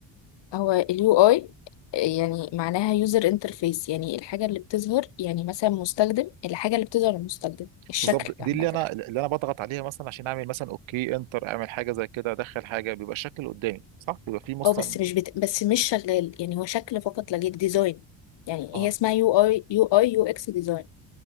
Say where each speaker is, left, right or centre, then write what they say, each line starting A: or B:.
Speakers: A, on the left; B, on the right.
A: هو اليو اي يعني معناها يوزر انترفيس يعني الحاجه اللي بتظهر يعني مثلا مستخدم الحاجه اللي بتظهر للمستخدم الشكل
B: بالظبط دي
A: عامه
B: اللي انا اللي انا بضغط عليها مثلا عشان اعمل مثلا اوكي انتر اعمل حاجه زي كده ادخل حاجه بيبقى الشكل قدامي صح بيبقى فيه مثلا
A: اه بس مش بت... بس مش شغال يعني هو شكل فقط لا غير ديزاين يعني
B: اه
A: هي اسمها يو اي يو اي يو اكس ديزاين